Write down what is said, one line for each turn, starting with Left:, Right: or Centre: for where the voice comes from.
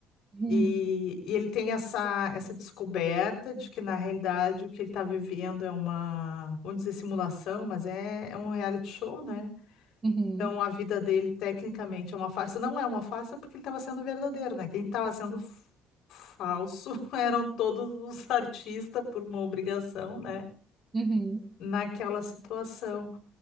Right: uhum,
Left: E, e ele tem essa, essa descoberta de que, na realidade, o que ele está vivendo é uma, vamos dizer, simulação, mas é, é um reality show, né?
Right: uhum,
Left: Então, a vida dele, tecnicamente, é uma farsa. Não é uma farsa porque ele estava sendo verdadeiro, né? Quem estava sendo f- falso <laughs> eram todos os artistas por uma obrigação, né?
Right: uhum.
Left: Naquela situação.